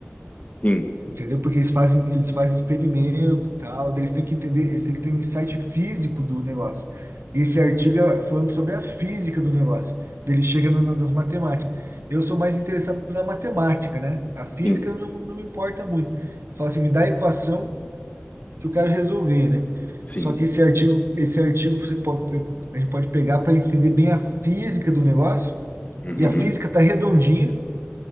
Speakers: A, on the left; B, on the right.
A: sim,
B: entendeu? Porque eles fazem, eles fazem experimento e tal, daí eles têm que entender, eles têm que ter um insight físico do negócio. E esse artigo é falando sobre a física do negócio, daí ele chega na- na- nas matemáticas. Eu sou mais interessado na matemática, né? A física
A: sim,
B: não, não me importa muito. Eu falo assim, me dá a equação que eu quero resolver, né?
A: sim.
B: Só que esse artigo, esse artigo você pode, a gente pode pegar para entender bem a física do negócio,
A: Uhum.
B: e a física está redondinha,